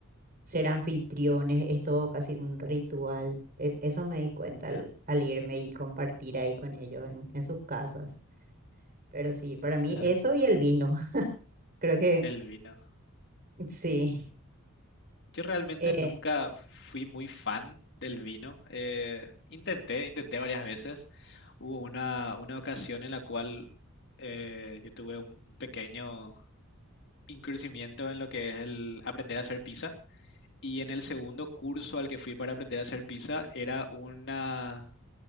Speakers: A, on the right; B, on the left.
A: ser anfitriones, es todo casi un ritual. E- Eso me di cuenta al,
B: Ya,
A: al irme y compartir ahí con ellos en, en sus casas. Pero sí, para mí
B: mira
A: eso
B: algo.
A: y el vino. <laughs> Creo que
B: El vino.
A: sí.
B: Yo realmente
A: Eh,
B: nunca fui muy fan del vino. Eh, intenté, intenté varias veces. Hubo una, una ocasión en la cual eh, yo tuve un un pequeño incursimiento en lo que es el aprender a hacer pizza. Y en el segundo curso al que fui para aprender a hacer pizza era una,